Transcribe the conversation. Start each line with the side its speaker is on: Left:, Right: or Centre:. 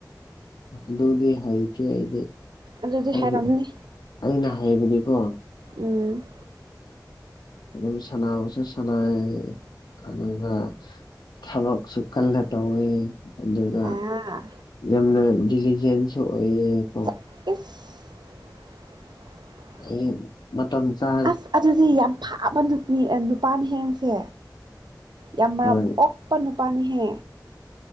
Left: ꯑꯗꯨꯗꯤ ꯍꯥꯏꯇꯦ ꯑꯩꯗꯤ꯫
Right: ꯑꯗꯨꯗꯤ
Left: ꯑꯩꯗꯤ
Right: ꯍꯥꯏꯔꯝꯅꯤ
Left: ꯑꯩꯅ ꯍꯥꯏꯕꯗꯤꯀꯣ
Right: ꯎꯝ
Left: ꯑꯗꯨꯝ ꯁꯅꯥꯕꯨꯁꯨ ꯁꯥꯟꯅꯩ ꯑꯗꯨꯒꯥ ꯊꯕꯛꯁꯨ ꯀꯜꯂꯥ ꯇꯧꯋꯤ ꯑꯗꯨꯒ
Right: ꯑꯥ
Left: ꯌꯥꯝꯅ ꯗꯤꯂꯤꯖꯦꯟꯁꯨ ꯑꯣꯏꯌꯦ ꯀꯣ
Right: ꯏꯁ
Left: ꯑꯩ ꯃꯇꯝ ꯆꯥ
Right: ꯑꯁ ꯑꯗꯨꯗꯤ ꯌꯥꯝ ꯐꯥꯕ ꯅꯨꯄꯤ ꯅꯨꯄꯥꯅ ꯍꯦ ꯅꯪꯁꯦ ꯌꯥꯝ ꯃꯔꯝ
Left: ꯍꯣꯏ
Right: ꯑꯣꯛ ꯄꯥ ꯅꯨꯄꯥꯅꯤꯍꯦ